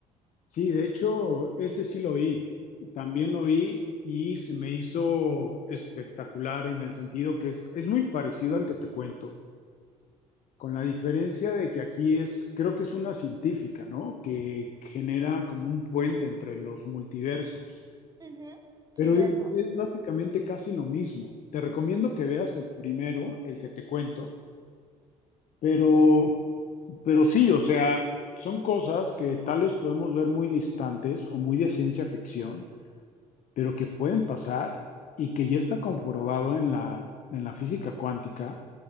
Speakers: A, on the left; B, on the right.
A: Sí, de hecho, ese sí lo vi, también lo vi y se me hizo espectacular en el sentido que es, es muy parecido al que te cuento, con la diferencia de que aquí es, creo que es una científica, ¿no? Que genera como un puente entre los multiversos,
B: Ujú.
A: pero
B: Sí,
A: es,
B: eso.
A: es básicamente casi lo mismo. Te recomiendo que veas el primero, el que te cuento, pero, pero sí, o sea, son cosas que tal vez podemos ver muy distantes o muy de ciencia ficción pero que pueden pasar y que ya está comprobado en la, en la física cuántica